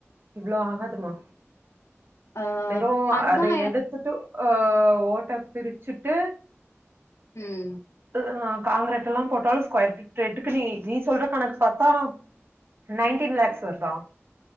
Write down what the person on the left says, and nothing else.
ஆ
அதுதா
ம்